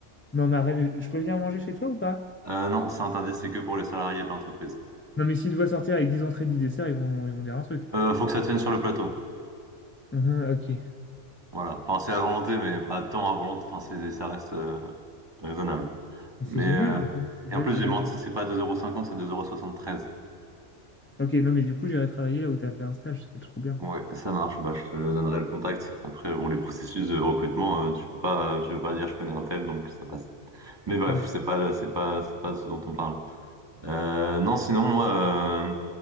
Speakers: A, on the left (about 15°); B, on the right (about 20°).
A: Non, mais arrête, je peux venir manger chez toi ou pas?
B: Euh, non, c'est interdit, c'est que pour les salariés de l'entreprise.
A: Non, mais s'ils doivent sortir avec 10 entrées, 10 desserts, ils vont, ils vont dire un truc. <laughs>
B: Euh, faut que ça tienne sur le plateau.
A: Uhum, ok.
B: Voilà. Enfin, c'est à volonté, mais pas tant à volonté. Enfin, c'est, ça reste euh, raisonnable.
A: C'est
B: Mais
A: génial.
B: euh,
A: Je
B: et en
A: vais,
B: plus,
A: je-
B: j'ai
A: je
B: menti,
A: vais
B: c'est pas 2,50 euros, cinquante, c'est 2,73 euros. soixante-treize.
A: Ok, non, mais du coup, j'irai travailler là où tu as fait un stage, c'est trop bien.
B: Ouais, ça marche. Bah, je te donnerai le contact. Après, bon, les processus de recrutement, euh, tu peux pas, tu peux pas dire je connais un tel, donc ça passe. Mais bref,
A: Non.
B: c'est pas, c'est pas, c'est pas ce dont on parle. Euh, non, sinon, moi, euh,